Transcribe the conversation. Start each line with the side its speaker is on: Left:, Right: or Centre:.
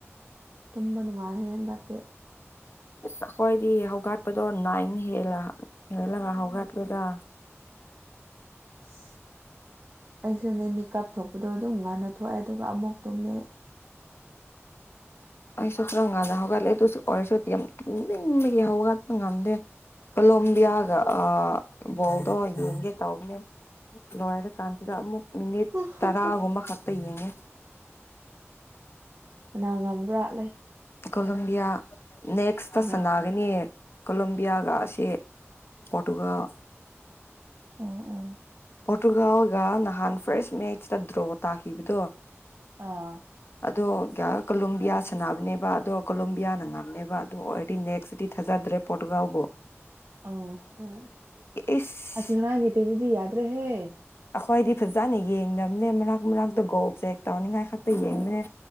Right: ꯇꯨꯝꯕ ꯅꯨꯡꯉꯥꯏꯍꯦ ꯍꯟꯗꯛꯇꯤ
Left: ꯑꯁ ꯑꯩꯈꯣꯏꯗꯤ ꯍꯧꯒꯠꯄꯗꯣ ꯅꯥꯏꯟ ꯍꯦꯜꯂ ꯍꯦꯜꯂꯒ ꯍꯧꯒꯠꯂꯦꯗ
Right: ꯑꯁ ꯑꯩꯁꯨꯅꯦ ꯃꯤꯀꯞ ꯊꯣꯛꯄꯗꯣ ꯑꯗꯨꯝ ꯉꯥꯟꯟꯅ ꯊꯣꯛꯑꯦ ꯑꯗꯨꯒ ꯑꯃꯨꯛ ꯇꯨꯝꯃꯦ
Left: ꯑꯩꯁꯨ ꯈꯔ ꯀꯥꯟꯗ ꯍꯧꯒꯠꯂꯦ ꯑꯗꯨꯁꯨ ꯑꯣꯏꯔꯁꯨꯗꯤ ꯌꯥꯝꯅꯤꯡꯅꯤꯡꯕꯒꯤ ꯍꯧꯒꯠꯄ ꯉꯝꯗꯦ ꯀꯂꯣꯝꯕꯤꯌꯥꯒ ꯕꯣꯗꯣ ꯌꯦꯡꯒꯦ ꯇꯧꯅꯦ ꯂꯣꯏꯔ ꯀꯥꯟꯁꯤꯗ ꯑꯃꯨꯛ ꯃꯤꯅꯤꯠ
Right: <unintelligible>
Left: ꯇꯔꯥꯒꯨꯝꯕ ꯈꯛꯇ ꯌꯦꯡꯉꯦ
Right: ꯀꯅꯥ ꯉꯝꯕ꯭ꯔꯥ ꯂꯩ
Left: ꯀꯣꯂꯣꯕꯤꯌꯥ ꯅꯦꯛꯁ ꯇ
Right: ꯀꯅꯥ
Left: ꯁꯅꯥꯒꯅꯤ ꯀꯣꯂꯝꯣꯕꯤꯌꯥꯒꯁꯦ ꯄꯣꯔꯇꯨꯒꯜ
Right: ꯑꯣ ꯑꯣ
Left: ꯄꯣꯔꯇꯨꯒꯥꯜꯒ ꯅꯍꯥꯟ ꯐꯥꯔꯁ ꯃꯦꯠꯆꯇ ꯗ꯭ꯔꯣ ꯇꯥꯈꯤꯕꯗꯣ
Right: ꯑꯥ
Left: ꯑꯗꯣ ꯀꯣꯂꯣꯝꯕꯤꯌꯥ ꯁꯥꯟꯅꯕꯅꯦꯕ ꯑꯗꯣ ꯀꯣꯂꯣꯝꯌꯥꯅ ꯉꯝꯅꯦꯕ ꯑꯗꯨ ꯑꯣꯜꯔꯦꯗꯤ ꯅꯦꯛꯁꯇꯗꯤ ꯊꯥꯖꯗ꯭ꯔꯦ ꯄꯣꯔꯇꯨꯒꯥꯎꯕꯨ
Right: ꯑ ꯍꯣꯏ
Left: ꯏꯁ
Right: ꯑꯁ ꯉꯔꯥꯡꯒꯤꯇ ꯑꯗꯨꯗꯤ ꯌꯥꯗ ꯗꯔ꯭ꯦꯍꯦ
Left: ꯑꯩꯈꯣꯏꯗꯤ ꯐꯖꯅ ꯌꯦꯡꯗꯕꯅꯦ ꯃꯔꯛ - ꯃꯔꯛꯇ ꯒꯣꯜ ꯆꯦꯛ ꯇꯧꯅꯤꯡꯉꯥꯏ ꯈꯛꯇ ꯌꯦꯡꯕꯅꯦ